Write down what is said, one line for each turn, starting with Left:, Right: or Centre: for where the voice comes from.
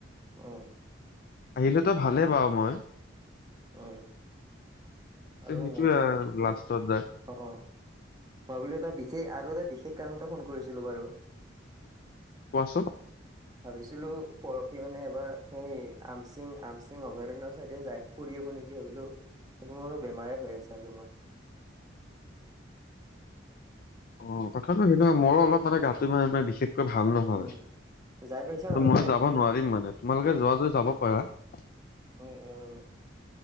Right: অ
Left: আহিলেতো ভালেই পা মই
Right: উ
Left: সেইটোয়ে
Right: আৰু মই তোমাক হ
Left: লাষ্টত যায়
Right: অ ভাবিলো এ তটা সেই আৰু এটা বিশেষ কাৰণতে ফোন কৰিছিলো বাৰু
Left: কোৱাচোন
Right: ভাবিছিলো পৰহি মানে এবাৰ সেই আমচিং আমচিং অভয়াৰণৰ চাইদে য ফুৰি শুনিেকি ভাবিলো তোমাৰো বেমাৰে হৈ আছে আৰু তোমাৰ
Left: অ কথাটো সেটো মোৰো অলপ মানে গাটো মানেে বিশেষ ভাল নহয়
Right: উম, যাই পাইছা ন তাতে?
Left: মই যাব নোৱাৰিম মানে তোমালোকে যোৱা য যাব <unintelligible>
Right: অহ অহ